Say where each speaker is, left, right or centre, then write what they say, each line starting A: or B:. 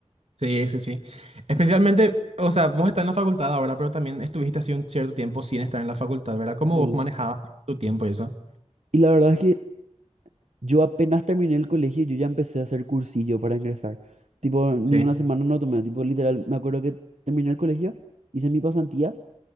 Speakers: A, on the right; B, on the right.
A: Sí, sí, sí. Especialmente, o sea, vos estás en la facultad ahora, pero también estuviste así un cierto tiempo sin estar en la facultad, ¿verdad? ¿Cómo
B: Sí.
A: vos manejabas tu tiempo y eso?
B: Y la verdad es que yo apenas terminé el colegio, yo ya empecé a hacer cursillo para ingresar. Tipo, ni
A: Sí.
B: una semana no tomé, tipo, literal, me acuerdo que terminé el colegio, hice mi pasantía